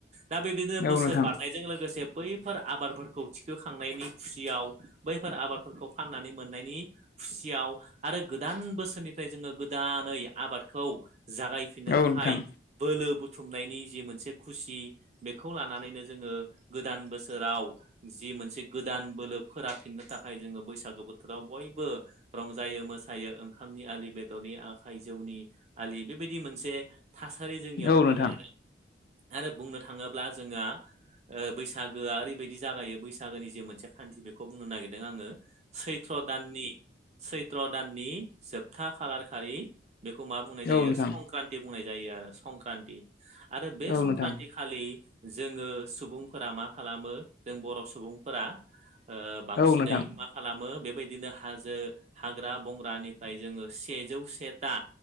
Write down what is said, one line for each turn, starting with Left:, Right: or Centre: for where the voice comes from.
Right: दा बेबायदिनो
Left: औ
Right: बोसोर
Left: नोंथां
Right: बारनाय जों लोगोसे बैफोर आबादफोरखौ थिखोखांनायनि खुसियाव बैफोर आबादफोरखौ फाननानै मोननायनि खुसियाव। आरो गोदान बोसोरनिफ्राय जोङो गोदानै आबादखौ जागाय फिननो
Left: औ
Right: थाखाय
Left: नोंथां
Right: बोलो बुथुमनायनि जि मोनसे खुसि बेखौ लानानैनो जोङो गोदान बोसोराव जि मोनसे गोदान बोलो फोराफिननो थाखाय जोङो बैसागो बोथोराव बयबो रंजायो मोसायो ओंखामनि आलि बेदरनि आखाइ जौनि आलि बे बायदि मोनसे थासारि जोंनियाव
Left: औ
Right: फैयो
Left: नोंथां
Right: आरो आरो बुंनो थाङोब्ला जोङो बैसागोआ ओरैबायदि जागायो बैसागोनि जे मोनसे खान्थि बेखौ बुंनो नागिरदों आङो सैत्र दाननि सैथ्र दाननि जोबथा खालार खालि बेखौ मा बुंनाय जायो
Left: औ नोंथां औ नोंथां
Right: संक्रान्ति बुंनाय जायो आरो। संक्रान्ति आरो बे
Left: औ
Right: संक्रान्ति
Left: नोंथां
Right: खालि जोङो सुबुंफोरा मा खालामो जों बर' सुबुंफोरा बांसिनै
Left: औ नोंथां औ नोंथां
Right: मा खालामो बे बायदिनो हाजो हाग्रा बंग्रानिफ्राय जोङो सेजौ सेथा